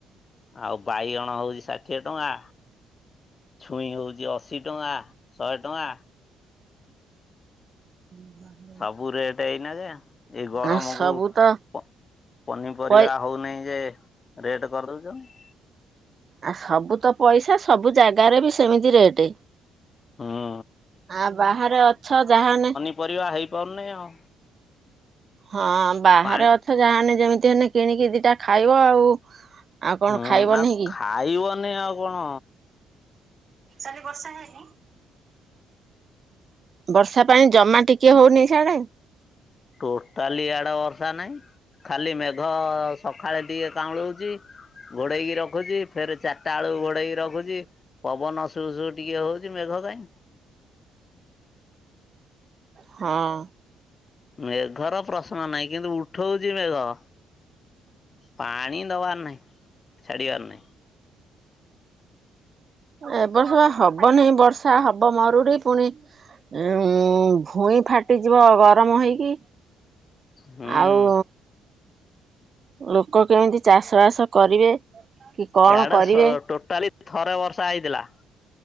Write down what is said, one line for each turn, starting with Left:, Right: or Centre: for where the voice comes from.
Left: ଆଉ ବାଇଗଣ ହଉଚି ଷାଠିଏ ଟଙ୍କା। ଛୁଇଁ ହଉଚି ଅଶୀ ଟଙ୍କା, ଶହେ ଟଙ୍କା।
Right: <unintelligible>
Left: ସବୁ ରେଟ୍ ଏଇନା ଯେ। ଏଇ ଗରମକୁ
Right: ଆଉ ସବୁ
Left: ପ
Right: ତ
Left: ପନିପରିବା
Right: ପଇ
Left: ହଉନେଇ ଯେ ରେଟ୍ କରିଦଉଛନ୍ତି।
Right: ଆ ସବୁ ତ ପଇସା, ସବୁ ଜାଗାରେ ବି ସେମିତି ରେଟ୍।
Left: ହୁଁ
Right: ଆ ବାହାରେ ଅଛ ଯାହାନେ
Left: ପରିବା ହେଇପାରୁନି ଆଉ।
Right: ହଁ ବାହାରେ
Left: ପାଣି
Right: ଅଛ ଯାହାନେ ଯେମିତି ହେନେ କିଣିକି ଦିଟା ଖାଇବ ଆଉ। ଆଉ କଣ
Left: ହଁ
Right: ଖାଇବନି
Left: ଆଉ
Right: କି
Left: ଖାଇବନି ଆଉ କଣ
Right: କାଲି ବର୍ଷା ହେଇନି? ବର୍ଷା ପାଇଁ ଜମା ଟିକେ ହଉନି ସେଆଡେ।
Left: ଟୋଟାଲି ଇଆଡ଼େ ବର୍ଷା ନାହିଁ। ଖାଲି ମେଘ ସକାଳେ ଟିକେ କାଉଁଳେଉଚି ଘୋଡେଇକି ରଖୁଚି ଫେରେ ଚାରିଟାଳୁକୁ ଘୋଡେଇକି ରଖୁଚି। ପବନ ସୁ ସୁ ଟିକିଏ ହଉଚି ମେଘ କାଇଁ।
Right: ହଁ।
Left: ମେଘର ପ୍ରଶ୍ନ ନାହିଁ କିନ୍ତୁ ଉଠୋଉଚି ମେଘ। ପାଣି ଦବାର ନାହିଁ ଛାଡିବାର ନାଇଁ।
Right: ଏ ବର୍ଷ ବା ହବନି ବର୍ଷା ହବ ମରୁଡି ଫୁଣି ଉଁ ଭୂଇଁ ଫାଟିଯିବ ଗରମ ହେଇକି
Left: ହୁଁ
Right: ଆଉ ଲୋକ କେମିତି ଚାଷ ବାସ କରିବେ। କି କଣ
Left: ଇଆଡେ
Right: କରିବେ
Left: ସ ଟୋଟାଲି ଥରେ ବର୍ଷା ହେଇଥେଲା।